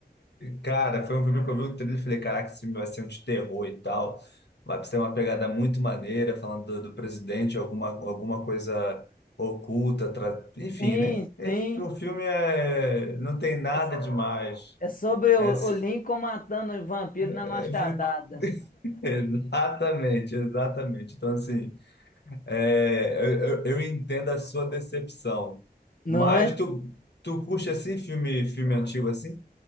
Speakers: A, on the left; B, on the left.
A: Cara, foi um filme que eu vi o trailer e falei, caraca, esse filme vai ser um de terror e tal. Vai ser uma pegada muito maneira, falando do, do presidente, alguma, alguma coisa oculta, tra- enfim,
B: Sim,
A: né? E
B: sim.
A: O filme é... não tem nada
B: É
A: demais.
B: é sobre o,
A: É, s-
B: o Lincoln matando o vampiro na
A: é,
B: machadada,
A: fico- <laughs> Exatamente, exatamente. Então, assim, é, eu, eu- eu entendo a sua decepção.
B: não
A: Mas
B: é?
A: tu, tu curte assim filme, filme antigo assim?